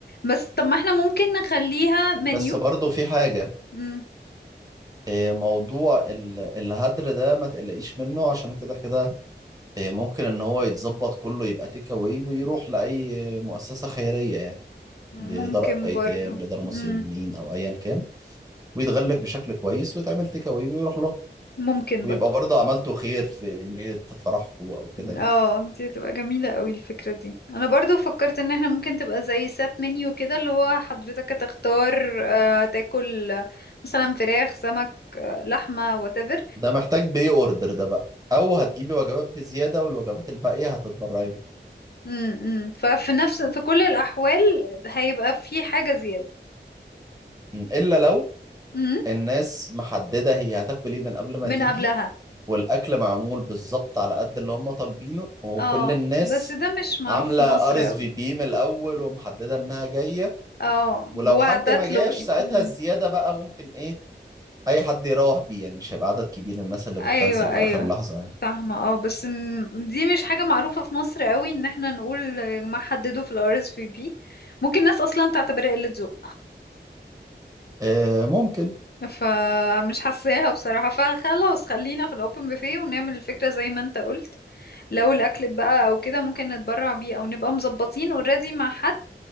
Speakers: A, on the left (about 60°); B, on the right (about 20°).
A: بس طب ما احنا ممكن نخليها منيو
B: بس برضه في حاجة
A: مم.
B: إيه، موضوع ال- الهدر ده ما تقلقيش منه عشان كده كده إيه، ممكن ان هو يتظبط كله يبقى تيك اواي ويروح لاي مؤسسه خيريه يعني
A: ممكن
B: لدار ايتام
A: برضو
B: لدار مسنين
A: مم.
B: او ايا كان ويتغلف بشكل كويس ويتعمل تيك اواي ويروح له
A: ممكن
B: ويبقى
A: برضو
B: برضه عملته خير في ليله فرحكم او كده يعني.
A: اه دي تبقى جميلة قوي الفكرة دي انا برضو فكرت ان احنا ممكن تبقى زي سات منيو كده اللي هو حضرتك هتختار آه، تاكل آه، مثلا فراخ سمك آه، لحمة whatever
B: ده محتاج بري اوردر ده بقى او هتجيبي وجبات بزياده والوجبات الباقيه هتتبرعي بيها
A: امم ففي نفس في كل الأحوال هيبقى في حاجة زيادة
B: م، الا لو
A: امم
B: الناس محدده هي هتاكل ايه من قبل ما
A: من
B: تيجي
A: قبلها
B: والاكل معمول بالظبط على قد اللي هم طالبينه وكل
A: اه
B: الناس
A: بس ده مش معروف
B: عامله
A: في مصر
B: ار
A: قوي
B: اس في بي من الاول ومحدده انها جايه
A: اه
B: ولو
A: وهتطلب
B: حد ما جاش
A: ايه
B: ساعتها
A: مم.
B: الزياده بقى ممكن ايه اي حد يروح بيه يعني مش هيبقى عدد كبير الناس اللي
A: ايوه
B: بتكنسل في
A: ايوه
B: اخر لحظه يعني
A: فاهمة اه بس م- دي مش حاجة معروفة في مصر قوي ان احنا نقول يا جماعة حددوا في الار اس في بي ممكن ناس اصلا تعتبرها قلة ذوق
B: آه ممكن
A: فمش حاساها بصراحة فخلاص خلينا في الاوبن بوفيه ونعمل الفكرة زي ما انت قلت لو الاكل اتبقى او كده ممكن نتبرع بيه او نبقى مظبطين اوريدي مع حد